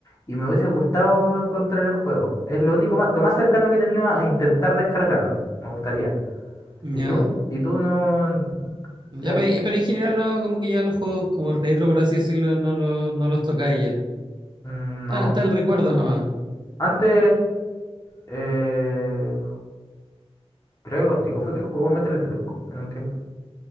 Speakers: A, on the left; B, on the right.
A: Y me hubiese gustado encontrar el juego. Es lo único más, lo más cercano que he tenido a a intentar descargarlo. Me gustaría.
B: Ya.
A: ¿Y tú? ¿Y tú no...?
B: Ya,
A: de-
B: pe- eh, pero en general no, como que ya los juegos como retro, por así decirlo, no, los- no los tocáis ya.
A: mm,
B: Está,
A: No.
B: está el recuerdo nomás.
A: Antes... eh, creo que contigo fue que jugamos Metal Slug en un tiempo.